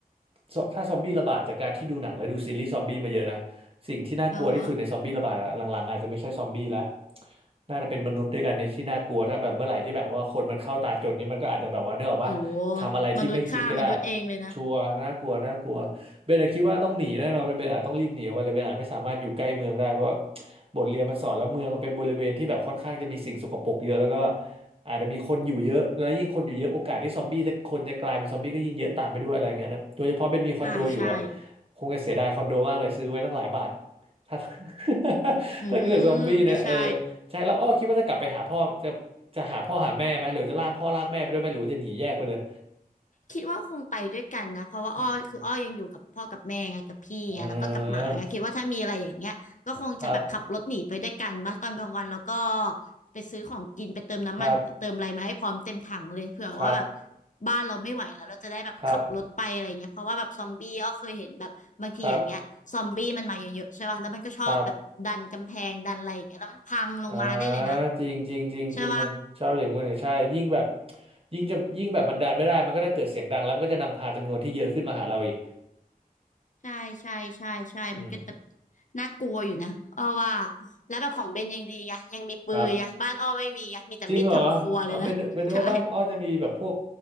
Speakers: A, on the right; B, on the left.
A: ซอถ้าซอมบี้ระบาดจากการที่ดูหนังและดูซีรีส์ซอมบี้มาเยอะนะสิ่งที่น่ากลัวที่สุดในซอมบี้ระบาดอะหลังๆอาจจะไม่ใช่ซอมบี้แล้ว
B: เออฮะ
A: น่าจะเป็นมนุษย์ด้วยกันในที่น่ากลัวถ้าแบบเมื่อไหร่ที่แบบว่าคนมันเข้าตาจนนี้มันก็อาจจะแบบว่าเนกอะปะทำอะไรที่ไม่คิดก็ได้
B: โหมนุษย์ฆ่ามนุษย์เองเลยนะ
A: ชัวร์น่ากลัวน่ากลัว เบนอะคิดว่าต้องหนีแน่นอนเป็นเบนอาจต้องรีบหนีออกไปเลยเบนอาจไม่สามารถอยู่ใกล้เมืองได้เพราะบทเรียนมันสอนแล้วเมืองมันเป็นบริเวณที่แบบค่อนข้างจะมีสิ่งสกปรกเยอะแล้วก็อาจจะมีคนอยู่เยอะแล้วยิ่งคนอยู่เยอะโอกาสที่ซอมบี้จะคนจะกลายเป็นซอมบี้ก็ยิ่งเยอะตามไปด้วยอะไรอย่างเงี้ยนะโดยเฉพาะเบนมีคอนโดอยู่อะ
B: อ่าใช่
A: คงจะเสียดายคอนโดมากเลยซื้อไว้ตั้งหลายบาทถ้า <laughs>
B: อืมก็ใช่
A: ถ้าเกิดซอมบี้เนี่ยเออใช่แล้วอ้อคิดว่าจะกลับไปหาพ่อจะจะหาพ่อหาแม่ไหมหรือจะลากพ่อลากแม่ไปด้วยไหมหรือว่าจะหนีแยกไปเลย
B: คิดว่าคงไปด้วยกันนะเพราะว่าอ้อคืออ้อยังอยู่กับพ่อกับแม่ไงกับพี่ไงแล้วก็กับหมาไงคิดว่าถ้ามีอะไรอย่างเงี้ยก็คงจะแบบขับรถหนีไปด้วยกันมาตอนกลางวันแล้วก็
A: อืมเออครับ
B: ไปซื้อของกินไปเติมน้ำมันเติมอะไรมาให้พร้อมเต็มถังเลยเผื่อว่าแบบ
A: ครับครับ
B: บ้านเราไม่ไหวแล้วเราจะได้แบบขับรถไปอะไรเงี้ยเพราะว่าแบบซอมบี้อ้อเคยเห็นแบบบางทีอย่างเงี้ยซอมบี้มันมาเยอะๆใช่ป่ะแล้วมันก็ชอบแบบดันกำแพงดันอะไรอย่างเงี้ยแล้วมันพังลงมาได้เลยนะ
A: ครับครับครับอ่าจริงจริงจริงจริงมันชอบอย่างงู้นเนี่ยใช่ยิ่งแบบ
B: ใช่ป่ะ
A: ยิ่งจะยิ่งแบบมันดันไม่ได้มันก็จะเกิดเสียงดังแล้วมันก็จะนำพาจำนวนที่เยอะขึ้นมาหาเราอีก
B: ใช่ใช่ใช่ใช่มันก็จะ
A: อืม
B: น่ากลัวอยู่นะอ้อว่าแล้วแบบของเบนยังดีไงยังมีปืนไงบ้านอ้อไม่มีไงมีแต่มีดทำครัวเลยนะใช่
A: ครับจริงเหรออ่าเป็นเป็นนึกว่าบ้านอ้อจะมีแบบพวก